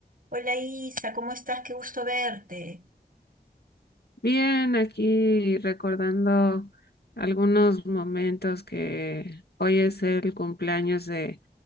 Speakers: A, on the right (about 60°); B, on the left (about 80°).
A: Hola Isa, ¿cómo estás? Qué gusto verte.
B: Bien, aquí recordando algunos momentos que hoy es el cumpleaños de